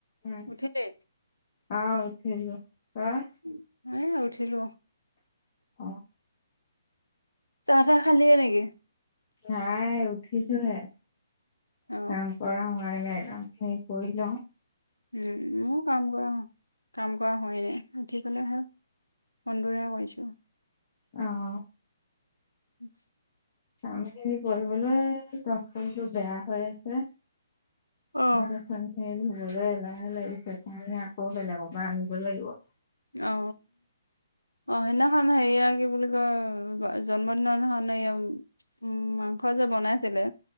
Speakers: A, on the left (about 35°); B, on the left (about 85°).
A: উম,
B: উঠিলে
A: অ' উঠিলো তই?
B: উ খেলো
A: অ
B: চাহ তাহ খালে নেকি
A: নাই উঠিছোহে
B: অ
A: কাম কৰা হোৱাই নাই সিন কৰিল
B: উম ম কাম কৰা ন কাম কৰা হয়নে ৰাঠি পেলাই হ সন্দৰে কৰিছো
A: আহ
B: নি
A: কাম খিনি কৰিবলৈ তমটো বেয়া হৈ আছে
B: অ অ
A: অব চ সেই ধুবলৈ এ লাহে লাগিছে তমে আকৌ বেলেগৰ পৰা আনিব লাগিব
B: অ অ সেইদিনাখন সেয়া কি বুলি কয় জন্মদিনৰ দিদিনাখনয়া উম, মাংস যে বনাইছিলে।